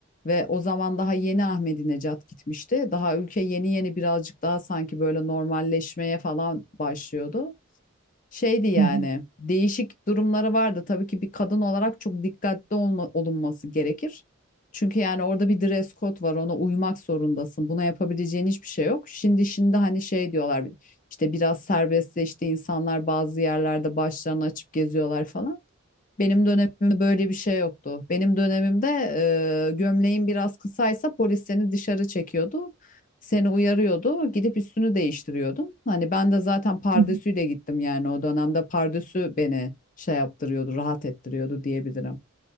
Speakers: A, on the left (about 40°); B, on the right (about 85°).
A: ve o zaman daha yeni Ahmedi Necat gitmişti. Daha ülke yeni yeni birazcık daha sanki böyle normalleşmeye falan başlıyordu şeydi yani
B: hı hı,
A: değişik durumları vardı. Tabii ki bir kadın olarak çok dikkatli olma, olunması gerekir. Çünkü yani orada bir dress code var ona uymak zorundasın. Buna yapabileceğin hiçbir şey yok. Şimdi şimdi hani şey diyorlar işte biraz serbestleşti insanlar bazı yerlerde başlarını açıp geziyorlar falan. Benim dönemimde böyle bir şey yoktu. Benim dönemimde e, gömleğin biraz kısaysa polis seni dışarı çekiyordu. Seni uyarıyordu. Gidip üstünü değiştiriyordun. Hani ben de zaten pardesüyle
B: hı
A: gittim yani o dönemde pardesü beni şey yaptırıyordu, rahat ettiriyordu diyebilirim.